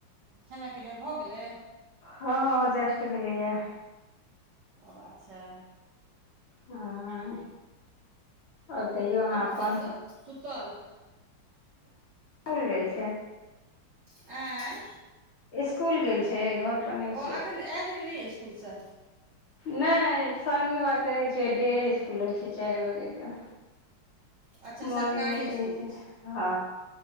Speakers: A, on the right (about 55°); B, on the left (about 65°).
A: खेनाइ-पिनाइ भऽ गेलै।
B: हँ जस्ट भेलैया।
A: ओ अच्छा।
B: हांऽ। और कहियौ।
A: और
B: अपन
A: बच्चा सब सुतल?
B: स्कुल गेल छै।
A: एँ।
B: इसकूल गेल छै घर पर नहि
A: ओ
B: छै
A: एखन तऽ आयल हन नहि इसकुलसँ।
B: नै शनिवारके रहैत छै डेए इसकुल रहै छै चारिए बजेके।
A: अच्छा
B: मॉर्निंग
A: सरकारी
B: नै
A: इसकुलमे
B: रहै छै, हँ।